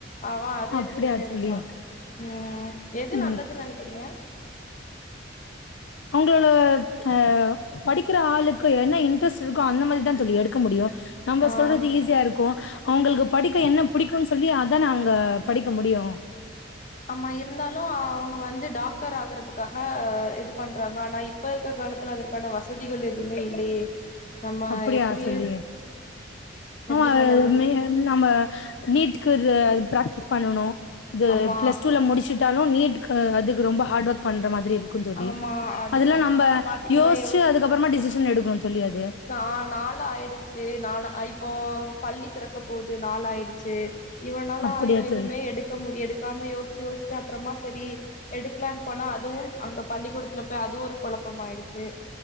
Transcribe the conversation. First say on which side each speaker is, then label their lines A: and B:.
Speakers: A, on the left; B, on the left.
A: அவ அது
B: அப்படியா
A: எடுக்கிறேன்னு
B: தோழி
A: இருக்கான் ம் எது
B: ம்
A: நல்லதுன்னு நெனைக்கிறீங்க
B: அவுங்களோட ஆ படிக்கிற ஆளுக்கு என்ன இன்ட்ரெஸ்ட் இருக்கோ அந்த மாரிதா தோழி எடுக்க முடியு நம்ப
A: ஆ
B: சொல்றது ஈஸியா இருக்கும் அவுங்களுக்கு படிக்க என்ன புடிக்குன்னு சொல்லி அதான அவுங்க படிக்க முடியு
A: ஆமா இருந்தாலு அவுங்க வந்து டாக்டர் ஆகுறதுக்காக இது பண்றாங்க ஆனா இப்ப இருக்க காலத் துல அதற்கான வசதிகள் எதுவுமே இல்லையே நம்ம
B: அப்டியா
A: எப்டி
B: சொல்லி
A: எப்டி
B: ஆமா
A: பண்ண
B: அது
A: முடியு
B: மே ம் நம்ம நீட்க்கு இது பிராக்டிஸ் பண்ணனு இது
A: ஆமா
B: பிளஸ் டூல முடிச்சிட் ட்டாலு நீட்க்கு அதுக்கு ரொம்ப ஹார்ட் ஒர்க் பண்ற மாதிரி இருக் கு தோழி
A: ஆமா அதுவு
B: அதெல்லா நம்ப
A: இப்ப பாத்தீங்கன்னா
B: யோசிச்சு அதுக்கப்புறமா டிசிஷன் எடுக்கணு தோழி அது
A: நால் நாளாயிடுச்சு நால இப்போ பள்ளி திறக்க போகுது நாள் ஆயிடுச்சு இவ்ளோ நாளா
B: அப்படியா
A: ஐயோ எதுவுமே
B: தோழி
A: எடுக் க முடிய எடுக்காம யோசிச்சு யோசிச்சு அப்புறமா சரி எடுக்கலாம்னு போனா அதுவும் அங்க பள்ளிக்கூடத்துல போய் அது ஒரு கொழப்பமாயிடுச்சு